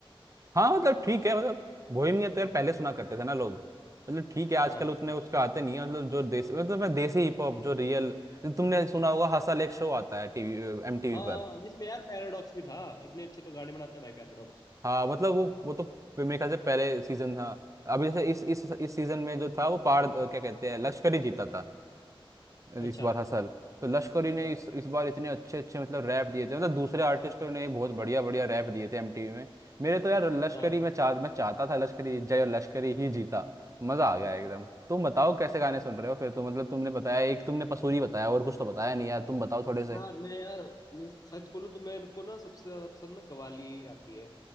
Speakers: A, on the right (about 35°); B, on the left (about 40°).
A: हाँ मतलब ठीक है मतलब बोहेमियन तो यार पहले सुना करते थे ना लोग मतलब ठीक है आजकल
B: हाँ
A: उतने उसके आते नहीं है मतलब जो देसी मतलब मैं देसी हिप हॉप जो रियल तुमने सुना होगा हसल एक शो आता है टीवी एमटीवी
B: हाँ
A: पर
B: हाँ, जिसमें यार पैराडॉक्स भी था इतने अच्छे तो गाने बनाता है भाई पैराडॉक्स
A: हाँ मतलब वो वो तो मेरे ख्याल से पहले सीजन था अभी जैसे इस इस इस सीजन में जो था वो पार क्या कहते हैं लश्करी जीता था
B: अच्छा
A: इस बार हसल तो लश्करी ने इस इस बार इतने अच्छे अच्छे मतलब रैप दिए थे मतलब दूसरे आर्टिस्टों ने भी बहुत बढ़िया बढ़िया रैप दिए थे एमटीवी में मेरे तो यार लश्करी
B: हाँ
A: मैं चाह मैं चाहता था लश्करी जय और लश्करी ही जीता मजा आ गया एकदम तुम बताओ कैसे गाने सुन रहे हो फिर तो मतलब तुमने बताया एक तुमने पसूरी बताया और कुछ तो बताया नहीं यार तुम बताओ थोड़े से
B: यार मैं यार मैं सच बोलूं तो मेरे को ना सबसे ज्यादा पसंद ना कवाली आती है